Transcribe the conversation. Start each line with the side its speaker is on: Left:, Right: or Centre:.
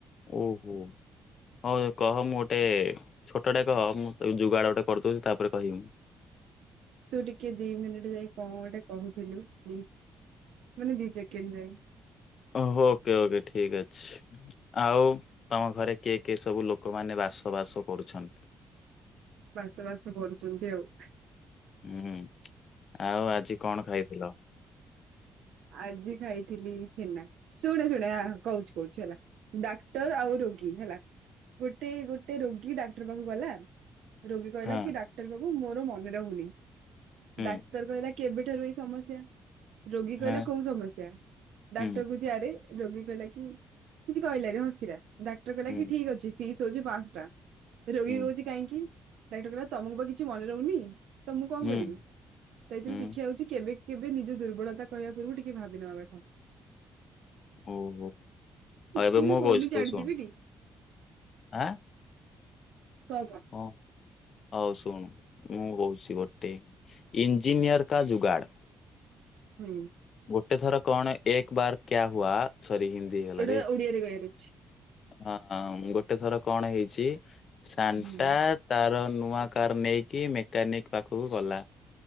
Left: ଓହୋ। ହଁ, କହ ମୁଁ ଗୋଟେ ଛୋଟଡେ କହ, ମୁଁ ଯୁଗାଡ ଗୋଟେ କରିଦଉଛି ତାପରେ କହିବି।
Right: ତୁ ଟିକେ ଦି ମିନିଟ ଯାଇ କଣ ଗୋଟେ କହୁଥିଲୁ, ମିସ ମାନେ ଦି ସେକେଣ୍ଡ ପାଇଁ।
Left: ଓହୋ ଓକେ ଓକେ ଠିକ ଅଛି। ଆଉ, ତମ ଘରେ କିଏ କିଏ ସବୁ ଲୋକମାନେ ବାସ ବାସ କରୁଛନ୍ତି।
Right: ବାସ ବାସ କରୁଛନ୍ତି ଆଉ।
Left: ହୁଁ, ଆଉ ଆଜି କଣ ଖାଇଥିଲ?
Right: ଆଜି ଖାଇଥିଲି ଛେନା। ଶୁଣେ, ଶୁଣେ ହା କହୁଛି କହୁଛି ହେଲା ଡାକ୍ତର ଆଉ ରୋଗୀ ହେଲା। ଗୋଟେ ଗୋଟେ ରୋଗୀ ଡାକ୍ତର ପାଖକୁ ଗଲା। ରୋଗୀ କହିଲା
Left: ହଁ।
Right: କି, ଡାକ୍ତର ବାବୁ ମୋର ମନେ ରହୁନି,
Left: ହୁଁ
Right: ଡାକ୍ତର କହିଲା କି କେବେଠାରୁ ଏଇ ସମସ୍ୟା, ରୋଗୀ
Left: ହଁ
Right: କହିଲା? କୋଉ ସମସ୍ୟା, ଡାକ୍ତର
Left: ହୁଁ
Right: କହୁଛି ଆରେ ରୋଗୀ କହିଲ କି କିଛି କହିଲାନି ହସିଲା। ଡାକ୍ତର କହିଲା
Left: ହୁଁ
Right: କି ଠିକ ଅଛି, ଫିସ୍ ହଉଛି ପାଞ୍ଚଶହ ଟଙ୍କା ରୋଗୀ
Left: ହୁଁ
Right: କହୁଛି କାହିଁକି? ଡାକ୍ତର କହିଲା, ତମକୁ ବା କିଛି ମନେ ରହୁନି ତ ମୁଁ କଣ
Left: ହୁଁ
Right: କରିବି, ତ ଏଥିରୁ
Left: ହୁଁ
Right: ଶିକ୍ଷା ହଉଛି କେବେ, କେବେ ନିଜ ଦୁର୍ବଳତା କହିବା ପୂର୍ବରୁ ଟିକେ ଭାବିନବା କଥା।
Left: ଓହୋ। ଆଉ
Right: କିଛି
Left: ଏବେ ମୁଁ
Right: ବି କହୁନି
Left: କହୁଛି ତୁ
Right: ଚାର୍ଟ
Left: ଶୁଣୁ
Right: ଗି ପି ଟି
Left: ଆଁ।
Right: କ କ
Left: ହଁ, ହଉ ଶୁଣ ମୁଁ କହୁଛି ଗୋଟେ ଇଞ୍ଜିନିୟର କା ଜୁଗାଡ଼
Right: ହୁଁ।
Left: ଗୋଟେ ଥର କଣ ଏକ ବାର କ୍ୟା ହୁଆ ସରି ହିନ୍ଦୀ। ହେଇଗଲାରେ
Right: ଗୋଟେ ଓଡିଆରେ କହିବା ର ଅଛି
Left: ହଁ, ହ ଗୋଟେ ଥର କଣ ହେଇଛି, ସାନ୍ଟା
Right: ହୁଁ
Left: ତାର ନୂଆ କାର ନେଇକି ମେକାନିକ ପାଖକୁ ଗଲା।